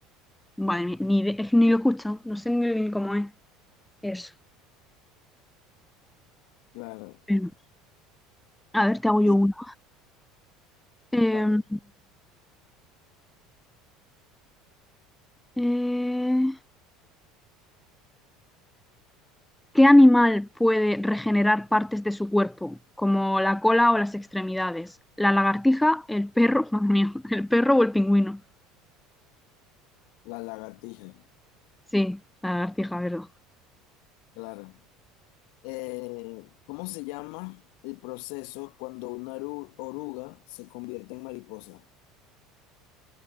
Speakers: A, in the centre; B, on the left.
A: Vale, ni, ni de- es que ni lo he escuchado, no sé ni ni cómo es eso.
B: Claro.
A: Bueno, a ver, te hago
B: Eh,
A: yo una. Eh,
B: vale,
A: eh, ¿qué animal puede regenerar partes de su cuerpo, como la cola o las extremidades? ¿La lagartija, el perro, <laughs> madre mía, el perro o el pingüino?
B: la lagartija.
A: Sí, la lagartija, ¿verdad?
B: Claro. Eh, ¿cómo se llama el proceso cuando una oru- oruga se convierte en mariposa?